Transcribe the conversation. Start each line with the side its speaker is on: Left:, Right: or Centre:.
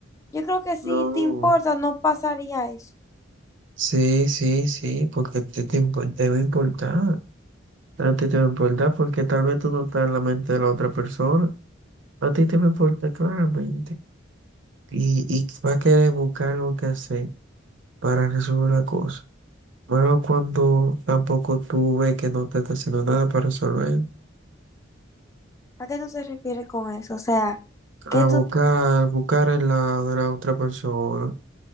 Left: Yo creo que si
Right: No,
Left: te importa no pasaría eso.
Right: sí, sí, sí, porque te, te, impo- te va a importar. A ti te va a importar porque tal vez tú no estás en la mente de la otra persona. A ti te va a importar claramente. Y, y va a querer buscar lo que hacer. para resolver la cosa. Malo cuando tampoco tú ves que no te está haciendo nada para resolver.
Left: ¿A qué tú te refieres con eso? O sea, que
Right: A
Left: tú,
Right: buscar, buscar el lado de la otra persona